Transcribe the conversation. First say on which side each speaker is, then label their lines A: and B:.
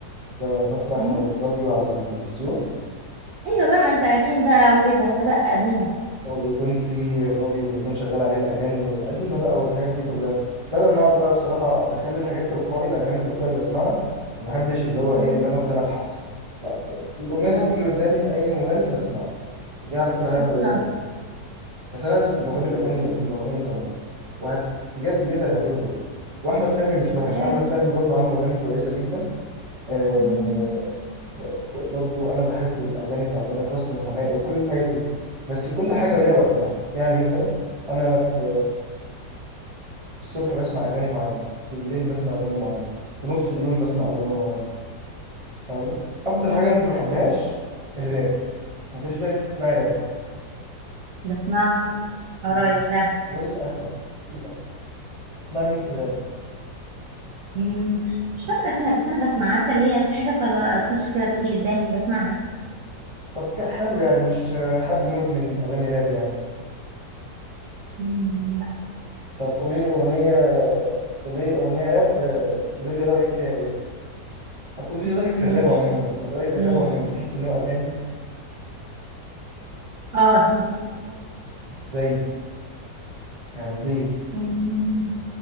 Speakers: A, on the right; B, on the right.
A: ب- بفتح
B: أمم.
A: الراديو على التلفزيون
B: أيوة بقى ما أنت قديم بقى وكده أنت لأ قديمة
A: وبيكون في الراديو بيكون شغال عليه الأغاني القديمة بقى والحاجات دي كلها بدل ما أقعد بقى بصراحة بخلي الحاجات تلقائي الأغاني تلقائي بسمعها ما بحبش اللي هو إيه
B: أمم.
A: إن أنا أفضل أبحث لا ب- الأغنية
B: واو
A: اللي بتيجي قدامي لأي مغني بسمعها دي على فكرة حاجة
B: اصلا
A: كويسة أوي بس أنا عايزك تجربي الأغاني القديمة وأغاني زمان وهت بجد بجد هتعجبك أوي وأحمد فهمي مش وحش
B: ياه.
A: أحمد فهمي برضو عنده أغاني كويسة جدا آه
B: مم.
A: و- وبرضو انا بحب الاغاني بتاعت تامر حسني وحماقي وكل الحاجات دي بس كل
B: مم.
A: حاجه وليها وقتها يعني مثلا انا في الصبح بسمع اغاني معينه بالليل بسمع اغاني معينه في نص اليوم بسمع اغاني معينه فاهم اكتر
B: مم.
A: حاجه انا ما بحبهاش الراب ما تقوليش بقى إن انت تسمعي راب
B: بسمعه قرايب
A: للاسف
B: ده
A: للاسف للاسف تسمعي مين في الراب
B: مم. مش فاكره اسمها بس انا بسمع عارفه اللي هي حاجه طرطيش كده بتيجي قدامي بسمعها
A: طب ك- حلو يعني مش آه، حد مدمن اغاني راب يعني
B: مم. لا
A: طب قولي لي اغنيه قولي لي اغنيه راب آه، قولي لي رايك فيها ايه طب قولي
B: مم.
A: لي رأيك في الراب
B: ماشي
A: عموما الرأي الراب
B: ماشي
A: عموما بتحس إن هو أغاني
B: اه اكيد
A: زي يعني ليه؟
B: مم.